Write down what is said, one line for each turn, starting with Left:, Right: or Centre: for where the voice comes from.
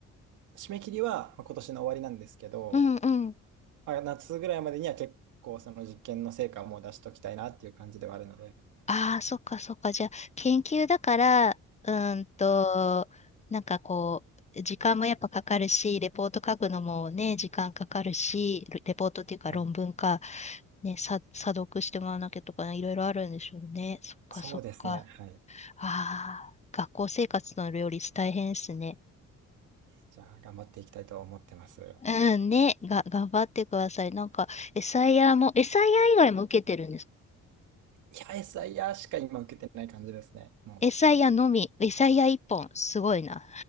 Right: 締め切りはまあ今年の終わりなんですけど、
Left: うんうん。
Right: あ、夏ぐらいまでには結構その実験の成果をもう出しときたいなっていう感じではあるので、
Left: ああ、そっかそっか。じゃあ、研究だから、うーんと、なんかこう、時間もやっぱかかるし、レポート書くのもね、時間かかるし、レレポートっていうか論文か、
Right: はい。
Left: ね、さ、査読してもらわなきゃとかね、いろいろあるんでしょうね。そっかそっか。
Right: そうですね。はい。
Left: ああ、学校生活の両立大変ですね。
Right: じゃあ、頑張っていきたいと思ってます。い
Left: うん、ね、が、頑張ってください。なんか、エサイヤも、エサイヤ以外も受けてるんですか
Right: や、SIR しか今受けてない感じですね。もう、
Left: エサイヤのみ、エサイヤ一本、すごいな。